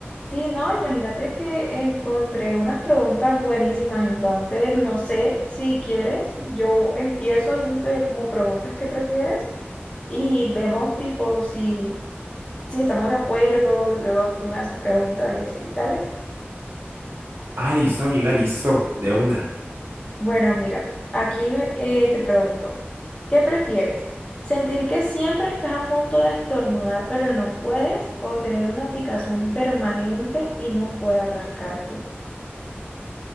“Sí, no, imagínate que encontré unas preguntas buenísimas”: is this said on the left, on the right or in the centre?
Left